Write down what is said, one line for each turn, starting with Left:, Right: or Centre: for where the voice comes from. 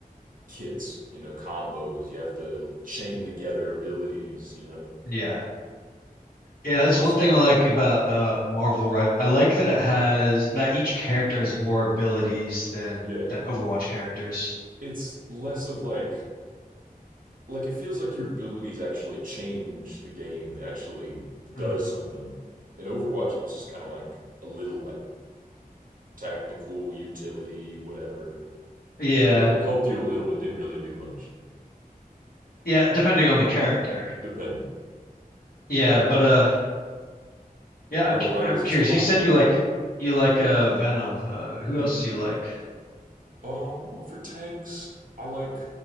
Right: kits, you know, combos. You have to chain together abilities, you know.
Left: Yeah. Yeah, that's
Right: Plus
Left: one
Right: the,
Left: thing I like about uh Marvel Rival. I like that it has that each character has more abilities than
Right: yeah,
Left: than Overwatch characters.
Right: it's less of like like it feels like your abilities actually change the game. They actually does
Left: Mm.
Right: something. In Overwatch, it was just kind of like a little like tactical utility, whatever.
Left: Yeah.
Right: It, it helped you a little. It didn't really do much,
Left: Yeah, depending on the character.
Right: depending.
Left: Yeah,
Right: But yeah,
Left: but uh yeah,
Right: in Marvel
Left: I'm cu-
Right: Rivals,
Left: I'm curious.
Right: it's a lot
Left: You said
Right: more.
Left: you like you like uh Venom. Uh who
Right: Mm-hmm.
Left: else do you like?
Right: Um, well, for tanks, I like